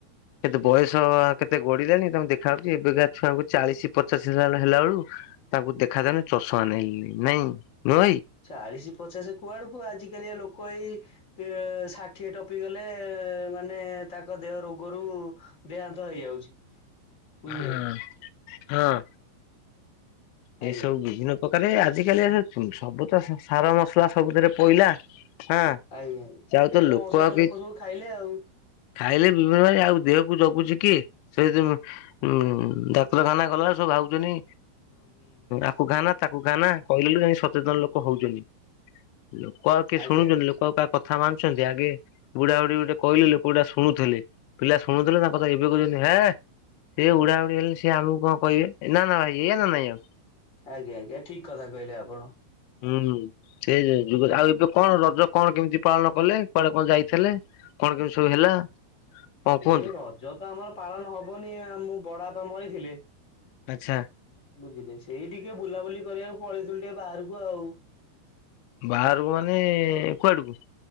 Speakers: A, on the left; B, on the left.
A: କେତେ ବୟସ କେତେ ଏତେ ଗଡିଲାଣି ତଙ୍କୁେ ଦେଖାାଯାଉଉଛି ଏବେ ଗାଛୁଆଙ୍କୁ ଚାଳିଶ ପଚାଶିଲା ହେଲା ବଳ ତାଙ୍କୁ ଦେଖାଯାଉନି ୁଆେଇ ନାଇଁ। ନୁହଁ ଭାଇ।
B: ଚାଳିଶି ପଚାଶ କୁଆଡକୁ ଆଜିିକାଲିଆ ଲୋକ କଣ ଏଇ ଷାଠିଏ ଟପି ଗଲେ ମାନେ ତାଙ୍କ ଦେହ ରୋଗରୁ ଦେହାନ୍ତ ହେଇଯାଉଛି ବୁଝିଲେ
A: ହଁ ହଁ। ଏଇ
B: ଆଜ୍ଞା
A: ସବୁ
B: ଆଜ୍ଞା
A: ବିଭିନ୍ନ ଆରେ ଆଜିକାଲି ସବୁ ତ ସାର ମସଲା ସବୁଥିରେ ପଇଲା ହଁ
B: ଆଜ୍ଞା
A: ସେ ଆଉ
B: ତେଲ
A: ତ
B: ମସଲା
A: ଆଉ କେହି
B: ଲୋକ ସବୁ ଖାଇଲେ ଆଉ।
A: ଖାଇଲେ ବିଭିନ୍ନ ଆଉ ଦେହକୁ ଜଗୁଛି କି ସେ ଉଁ ଡାକ୍ତରଖାନା ଗଲା ସବୁ ଭାବୁଛନ୍ତି ଆକୁ ଖାନା ତାକୁ ଖାନା କହିଲେ ଯାଇ ସଚେତନ ଲୋକ ହୋଉଛନ୍ତି। ଲୋକ ଆଉ କିଏ
B: ଆଜ୍ଞା
A: ଶୁଣୁଛନ୍ତି ଲୋକ ଆଉ କାହା କଥା ମାନୁଛନ୍ତି ଆଗେ ବୁଢା ବୁଢୀ ଗୋଟେ କହିଲେ ଲୋକ ଗୁଢା ଶୁଣୁଥିଲେ ପିଲା ଶୁଣୁଥିଲେ ତାଙ୍କ କଥା ଏବେ ହେଁ ସ ସେଏ ଉଡା ଉଡି ହେଲେ ସିଏ ଆମକୁ କଣ କହିବେ ନା ନା ଭାଇ ଏଇା ନା ନାଇଁ। ଆଉ
B: ଆଜ୍ଞା ଆଜ୍ଞା ଠିକ କଥା କହିଲେ ଆପଣ।
A: ହୁଁ ସେଇ ଆଉ ଏବେ କଣ ରଜ କଣ କେମିତି ପାଳନ କଲେ କୁଆଡେ କୁଆଡେ ଯାଇଥିଲେ? କଣ କେମିତି ସବୁ ହେଲା? କଣ
B: ଏ
A: କୁହନ୍ତୁ
B: ରଜ ତ ଆମର ପାଳନ ହବନି ମୁଁ ବଡ ବାପା ମରିଥିଲେ
A: ଆଚ୍ଛା।
B: ବୁଝିଲି ସେଇ ଟିକେ ବୁଲାବୁଲି କରିବାକୁ ପଳେଇଥିଲୁ ଟିକେ ବାହାରକୁ ଆଉ।
A: ବାହାରକୁ ମାନେ କୁଆଡକୁ?